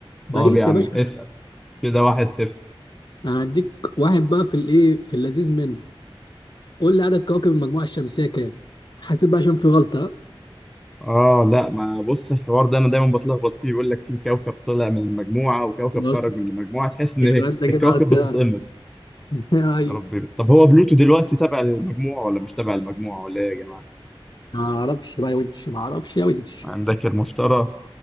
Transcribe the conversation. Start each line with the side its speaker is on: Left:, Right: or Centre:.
Left: باريس
Centre: طب يا عم
Left: يا باشا
Centre: اسأل كده واحد صفر
Left: انا هديك واحد بقى في الايه في اللذيذ منه قول لي عدد كواكب المجموعه الشمسيه كام حاسب بقى عشان في غلطه
Centre: اه لا ما بص الحوار ده انا دايما بتلخبط فيه بيقول لك في كوكب طلع من المجموعة وكوكب
Left: بص
Centre: خرج من المجموعة تحس ان
Left: يبقى انت كده
Centre: الكواكب
Left: هتعرف
Centre: بتتقمص
Left: <laughs> ايوه
Centre: يا ربي طب هو بلوتو دلوقتي تبع المجموعة ولا مش تبع المجموعة ولا ايه يا جماعة؟
Left: ما اعرفش بقى يا ونش ما اعرفش يا ونش
Centre: عندك المشتري